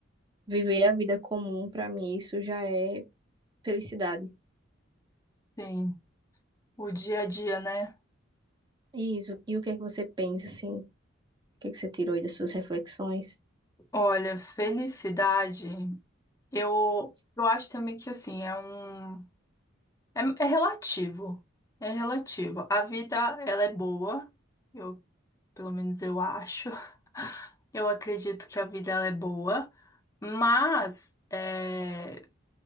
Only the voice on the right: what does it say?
viver a vida comum, pra mim, isso já é felicidade.
E Isso. E o que é que você pensa, assim? O que é que você tirou aí das suas reflexões?